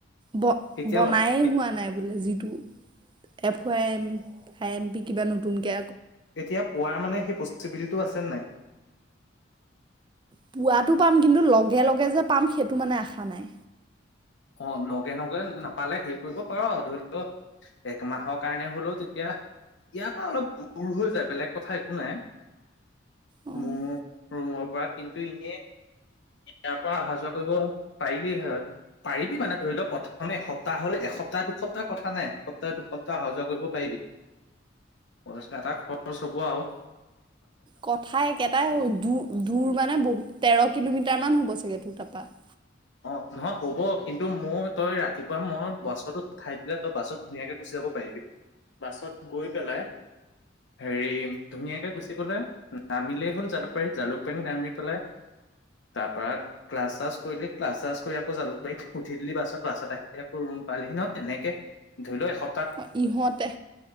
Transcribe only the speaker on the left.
কেতিয়া
অ
তেতিয়া পোৱাৰ মানে সেই পচিবিলিটিটো আছে নাই
অ লগে লগে নাপালে হেৰি কৰিব পাৰ ধৰি লও একমাহৰ কাৰণে হলেও তেতিয়া ইয়াৰ পৰা অলপ দূৰ হৈ যায় বেলেগ কথা একো নাই।
মোৰ ৰুমৰ পৰা কিন্তু এনে ইয়াৰ পৰা অহা যোৱা কৰিব পাৰিলি হয় পাৰিবি মানে ধৰি লওক প্ৰথমে এসপ্তাহ হ'লে এসপ্তাহ দুসপ্তাহ কথা নাই। এসপ্তাহ দুসপ্তাহ অহা যোৱা কৰিব পাৰিবি। এটা খৰ চব আও
অ নহয় হ'ব কিন্তু মোৰ তই ৰাতিপুৱা মই বাছ উঠাই দিলে তই বাছত ধুনীয়াকে গুচি। যাব পাৰিবি বাছত গৈ পেলাই। হেৰি ধুনীয়াকে গুচি গলে নামিলেই হ'ল জালুকবাৰী জালুকবাৰী নামি পেলাই। তাৰ পৰা ক্লাছ চ্লাছ কৰি। ক্লা চ্লাছ কৰি আকৌ জালুকাৰ উঠি দিলি বাছত ক্লাছত আহি আকৌ ৰোম পালেহি ন তেনেকে ধৰি লও একস।